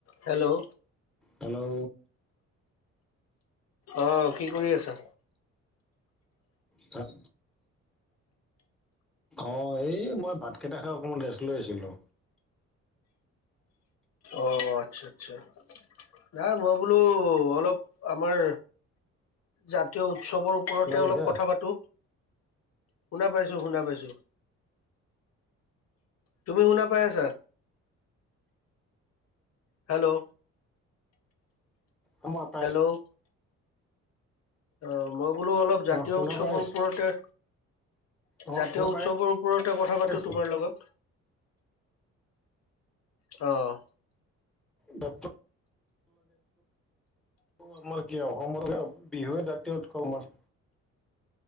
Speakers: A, on the left (about 55°); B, in the centre.
A: Hello!
B: Hello!
A: অঁ কি কৰি আছা?
B: পাত অঁ এই মই ভাত কেইটা খাই অকমান ৰেষ্ট লৈ আছিলো।
A: অঁ আচ্ছা আচ্ছা। নাই মই বোলো অলপ আমাৰ জাতীয় উৎসৱৰ ওপৰতে
B: শুনা পাইছা?
A: অলপ কথা পাতো শুনা পাইছো শুনা পাইছো। তুমি শুনা পাই আছা হেল্লো!
B: অঁ মই পাইছোঁ
A: হেল্ল' অঁ মই বোলো অলপ জাতীয়
B: অ শুনা
A: উৎসৱৰ
B: পাই আছো
A: ওপৰতে
B: অ
A: জাতীয়
B: শুনা
A: উৎসৱৰ
B: পাই
A: ওপৰতে কথা পাতো
B: আছো।
A: তোমাৰ লগত অঁ!
B: বাপুত অঁ আমাৰ কি অসমৰ বিহুৱে জাতীয় উৎসৱ মই